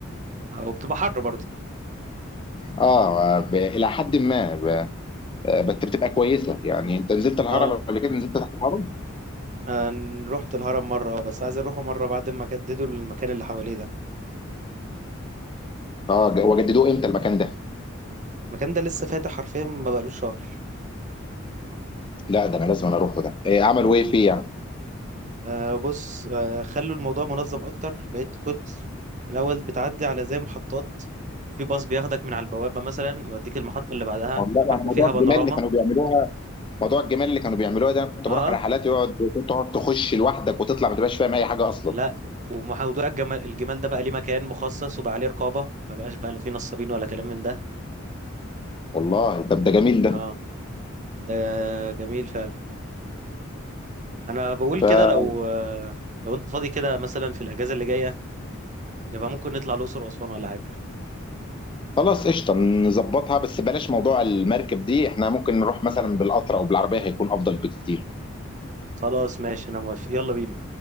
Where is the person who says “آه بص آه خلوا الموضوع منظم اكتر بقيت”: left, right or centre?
Right